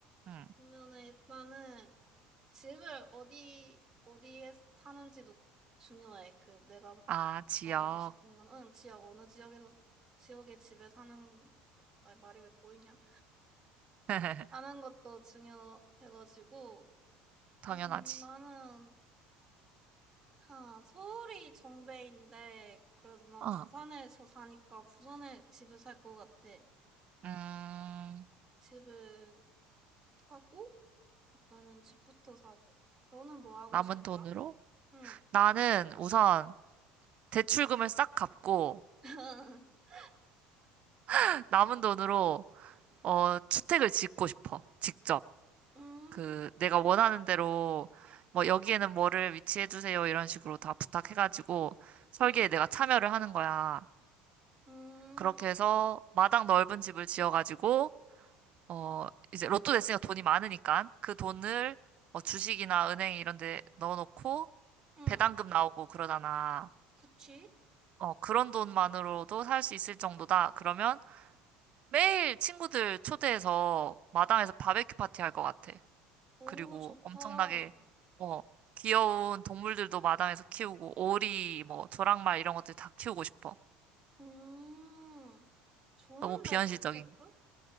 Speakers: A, on the right; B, on the right.
A: 응.
B: 그러면은 일단은 집을 어디, 어디에 사는지도 중요해. 그 내가
A: 아, 지역.
B: 말하고 싶은 건, 응, 지역, 어느 지역에서, 지역의 집에 사는 것, 아니, 말이 왜 꼬이냐?
A: <laughs>
B: 사는 것도 중요해가지고,
A: 당연하지.
B: 음, 나는 아, 서울이 정배인데, 그래도 난
A: 어.
B: 부산에서 사니까 부산에 집을 살 것 같아.
A: 음,
B: 집을 사고, 일단은 집부터 사고. 너는 뭐 하고
A: 남은
B: 싶어?
A: 돈으로?
B: 응.
A: 나는 우선 대출금을 싹 갚고
B: <laughs>
A: <laughs> 남은 돈으로 어, 주택을 짓고 싶어. 직접.
B: 음,
A: 그 내가 원하는 대로 뭐 여기에는 뭐를 위치해 주세요 이런 식으로 다 부탁해가지고 설계에
B: 응,
A: 내가 참여를 하는 거야.
B: 음,
A: 그렇게 해서 마당 넓은 집을 지어가지고 어 이제 로또 됐으니까 돈이 많으니까 그 돈을 뭐 주식이나 은행 이런 데 넣어놓고
B: 응.
A: 배당금 나오고 그러잖아.
B: 그치?
A: 어 그런 돈만으로도 살 수 있을 정도다. 그러면 매일 친구들 초대해서 마당에서 바베큐 파티 할 것 같아.
B: 오,
A: 그리고
B: 좋다.
A: 엄청나게 어 귀여운 동물들도 마당에서 키우고 오리 뭐 조랑말 이런 것들 다 키우고 싶어.
B: 음, 좋은데,
A: 너무 비현실적인.
B: 재테크?